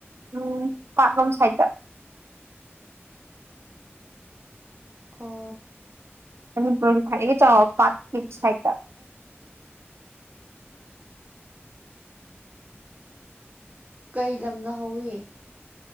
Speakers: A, on the right; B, on the right.
A: ꯎꯝ ꯄꯥꯛꯂꯣꯝ ꯁꯥꯏꯠꯇ
B: ꯑꯣ
A: ꯃꯅꯤꯄꯨꯔꯒꯤ ꯈ꯭ꯋꯥꯏꯗꯒꯤ ꯆꯥꯎꯕ ꯄꯥꯛꯀꯤ ꯁꯥꯏꯠꯇ
B: ꯀꯩ ꯂꯝꯅ ꯍꯧꯏ